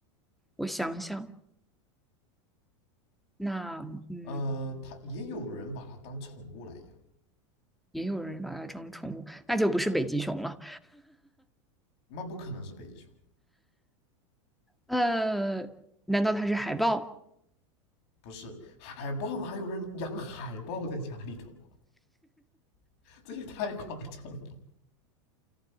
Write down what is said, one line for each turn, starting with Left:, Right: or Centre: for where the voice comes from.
Centre: 我想想，那嗯，
Left: 呃，他也有人把它当宠物来养，
Centre: 也有人把它当宠物，那就不是北极熊了。
Left: 那不可能是北极熊，
Centre: 呃，难道它是海豹？
Left: 不是海豹哪有人养海豹在家里头啊？<laughs> 这也太夸张了。